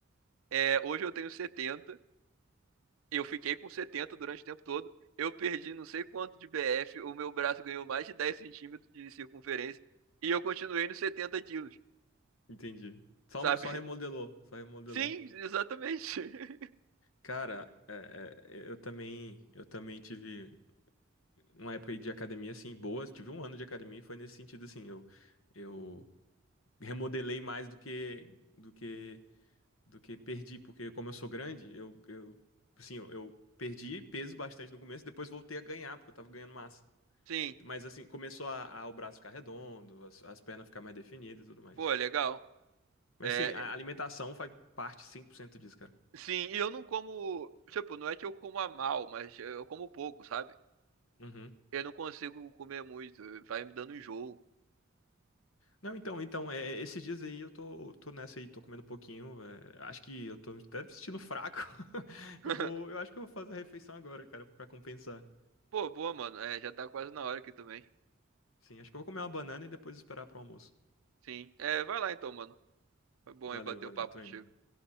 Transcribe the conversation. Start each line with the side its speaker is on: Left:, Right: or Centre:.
Right: É, hoje eu tenho setenta Eu fiquei com 70 durante o tempo todo. Eu perdi não sei quanto de BF. O meu braço ganhou mais de 10 centímetros de circunferência. E eu continuei nos 70 quilos,
Left: entendi. Só,
Right: sabe?
Left: só
Right: <laughs>
Left: remodelou, só remodelou.
Right: Sim, exatamente. <laughs>
Left: Cara, é, é, eu também, eu também tive uma época aí de academia assim boa, tive um ano de academia e foi nesse sentido assim, eu eu remodelei mais do que do que do que perdi, porque como eu sou grande, eu eu assim, eu, eu perdi peso bastante no começo, depois voltei a ganhar porque eu tava ganhando massa.
Right: Sim.
Left: Mas assim, começou a, a o braço ficar redondo, as, as pernas ficar mais definidas e tudo mais.
Right: Pô, legal.
Left: Mas
Right: É,
Left: sim, a alimentação faz parte 100% disso, cara.
Right: sim, e eu não como. Tipo, não é que eu coma mal, mas eu como pouco, sabe?
Left: Uhum.
Right: Eu não consigo comer muito, vai me dando enjoo.
Left: Não, então, então, é, esses dias aí eu tô, tô nessa aí, tô comendo um pouquinho. é, acho que eu tô até me sentindo fraco. <laughs>
Right: <laughs>
Left: Eu vou, eu acho que eu vou fazer a refeição agora, cara, pra compensar.
Right: Pô, boa, mano. É, já tá quase na hora aqui também.
Left: Sim, acho que eu vou comer uma banana e depois esperar pro almoço.
Right: Sim. É, vai lá então, mano. Foi bom
Left: Valeu,
Right: aí bater
Left: valeu,
Right: o papo
Left: tô
Right: contigo.
Left: indo.